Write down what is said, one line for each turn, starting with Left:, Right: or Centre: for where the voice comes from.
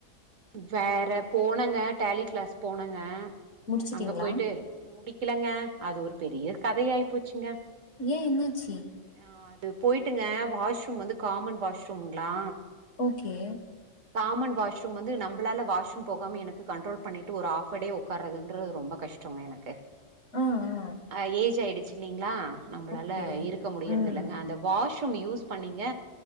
Right: வேற போனங்க டேலி கிளாஸ் போனங்க
Left: முடிச்சுட்டீங்களா
Right: அங்க போயிட்டு முடிக்கலங்க அது ஒரு பெரிய கதைாயாயி போச்சுங்க
Left: ஏ என்னச்சு
Right: ஆ அது போயிட்டுங்க வாஷ்ரூம் வந்து காமன் வாஷ்ரூம்ங்ளா
Left: ஓகே
Right: காமன் வாஷ் பம் வந்து நம்மளால வாஷ்ரூம் போகாம எனக்கு கண்ட்ரோல் பண்ணிட்டு ஒரு ஹஃப் அ டே உக்கார்றதுன்றது ரொம்ப கஷ்டோங்க எனக்கு
Left: ஆ ஆ
Right: அ ஏஜ் ஆயிடுச்சு இல்லிங்களா நம்பளால
Left: ஓகே
Right: இருக்க முடியறத
Left: ம்
Right: இல்லங்க அந்த வாஷ் டும் யூஸ் பண்ணீங்க